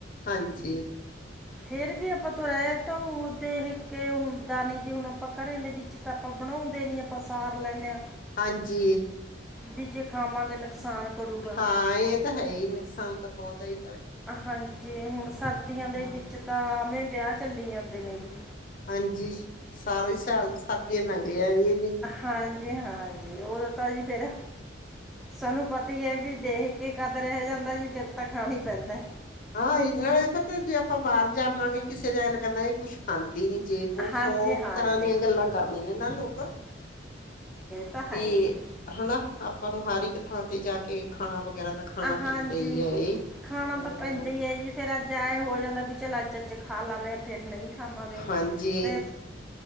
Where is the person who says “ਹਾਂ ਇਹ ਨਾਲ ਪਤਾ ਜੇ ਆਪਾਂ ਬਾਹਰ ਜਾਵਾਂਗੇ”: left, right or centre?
Left